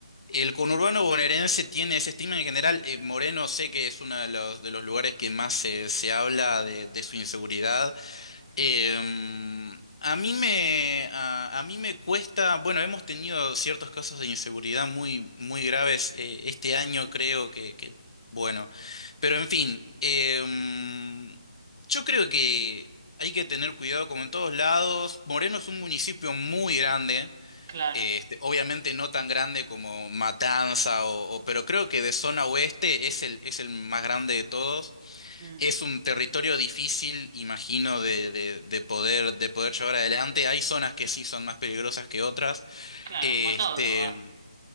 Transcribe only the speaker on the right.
Mm,
claro,
mm,
claro,
como todo va.